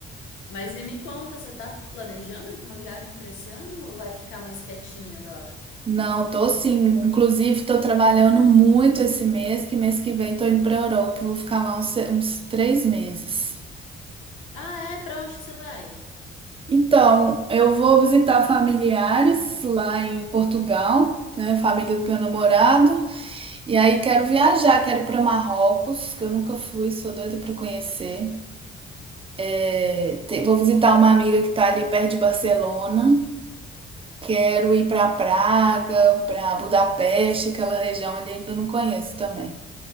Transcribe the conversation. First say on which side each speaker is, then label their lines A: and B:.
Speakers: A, on the left; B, on the right.
A: Mas e me conta, você tá planejando alguma viagem pra esse ano ou vai ficar mais quietinha agora?
B: Não, tô sim. Inclusive, tô trabalhando muito esse mês, que mês que vem tô indo pra Europa. Vou ficar lá uns, uns três meses.
A: Ah, é? Pra onde que você vai?
B: Então, eu vou visitar familiares lá em Portugal, né? Família do meu namorado. E aí quero viajar, quero ir para Marrocos, que eu nunca fui, sou doida para conhecer. É, te- vou visitar uma amiga que tá ali perto de Barcelona. Quero ir para Praga, para Budapeste, aquela região ali ainda não conheço também.